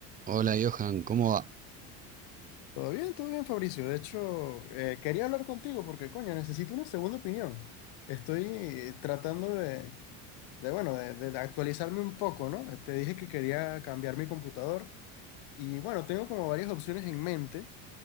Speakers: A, on the right; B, on the left.
A: Hola Johan, ¿cómo va?
B: Todo bien, todo bien, Fabricio. De hecho, eh, quería hablar contigo porque, coño, necesito una segunda opinión. Estoy eh, tratando de, de, bueno, de, de actualizarme un poco, ¿no? Te dije que quería cambiar mi computador y, bueno, tengo como varias opciones en mente,